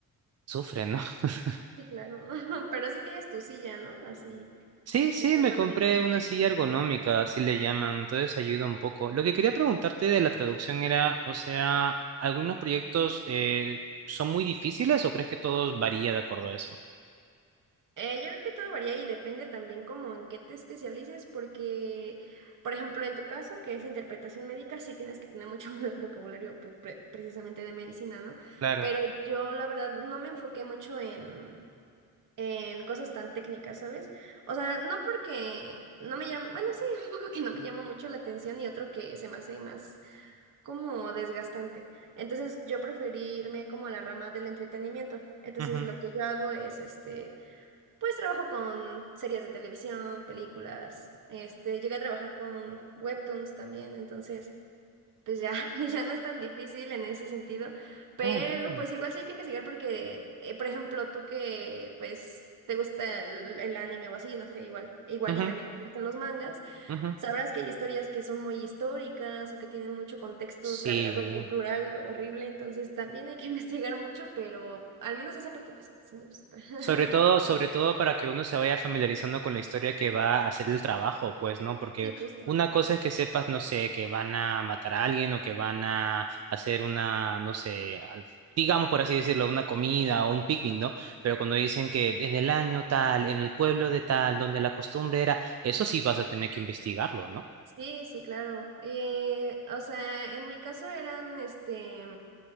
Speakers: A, on the right (about 45°); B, on the right (about 60°).
A: sufre, ¿no? <laughs>
B: sí, claro. <laughs> Pero así tienes tu silla, ¿no? Así,
A: Sí,
B: bien
A: sí,
B: ergonómica.
A: me compré una silla ergonómica, así le llaman, entonces ayuda un poco. Lo que quería preguntarte de la traducción era, o sea, ¿algunos proyectos eh, son muy difíciles o crees que todos varía de acuerdo a eso?
B: Eh, yo creo que todo varía y depende también como en qué te especialices, porque, por ejemplo, en tu caso, que es interpretación médica, sí tienes que tener mucho <laughs> vocabulario pues, pre- precisamente de medicina, ¿no?
A: Claro.
B: Pero yo, la verdad, no me enfoqué mucho en, en cosas tan técnicas, ¿sabes? O sea, no porque no me llama, bueno, sí, <laughs> un poco que no me llama mucho la atención y otro que se me hace más. como desgastante. Entonces yo preferí irme como a la rama del entretenimiento. Entonces
A: Ujú.
B: lo que yo hago es, este, pues trabajo con series de televisión, películas, este, llegué a trabajar con webtoons también, entonces pues ya, <laughs> ya no es tan difícil en ese sentido, pero
A: Oh, wow.
B: pues igual sí hay que investigar porque, eh, por ejemplo, tú que pues te gusta el, el anime o así, no sé, igual, igual
A: Ujú,
B: y también te gustan los mangas.
A: ujú.
B: Sabrás que hay historias que son muy históricas o que tienen mucho contexto
A: Sí.
B: cargado cultural horrible, entonces también hay que <laughs> investigar mucho, pero al menos esa parte pues sí, sí me gusta. <laughs>
A: Sobre todo, sobre todo para que uno se vaya familiarizando con la historia que va a hacer el trabajo, pues, ¿no? Porque
B: Sí, justo.
A: una cosa es que sepas, no sé, que van a matar a alguien o que van a hacer una, no sé, al- digamos por así decirlo, una comida o un picnic, ¿no? Pero cuando dicen que en el año tal, en el pueblo de tal, donde la costumbre era, eso sí vas a tener que investigarlo, ¿no?
B: Sí, sí, claro. Eh, o sea, en mi caso eran este